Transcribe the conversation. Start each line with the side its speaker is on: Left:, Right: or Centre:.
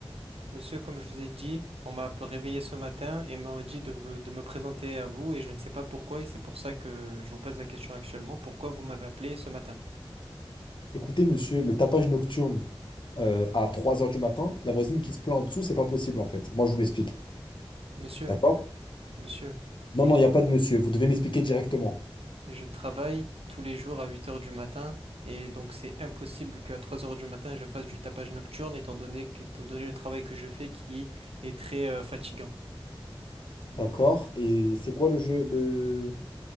Right: Monsieur, comme je vous ai dit, on m'a réveillé ce matin et m'a dit de, vous- de me présenter à vous et je ne sais pas pourquoi et c'est pour ça que je vous pose la question actuellement. Pourquoi vous m'avez appelé ce matin?
Left: Écoutez, monsieur, le tapage nocturne euh, à 3 heures du matin, la voisine qui se plaint en dessous, c'est pas possible en fait. Moi, je vous l'explique.
Right: Monsieur.
Left: D'accord?
Right: Monsieur,
Left: Non,
Right: je,
Left: non, il n'y a pas de monsieur. Vous devez m'expliquer directement.
Right: je travaille tous les jours à 8 heures du matin et donc c'est impossible qu'à 3 heures du matin je fasse du tapage nocturne étant donné, que- étant donné le travail que je fais qui est très euh, fatigant.
Left: D'accord? Et c'est quoi le jeu, le,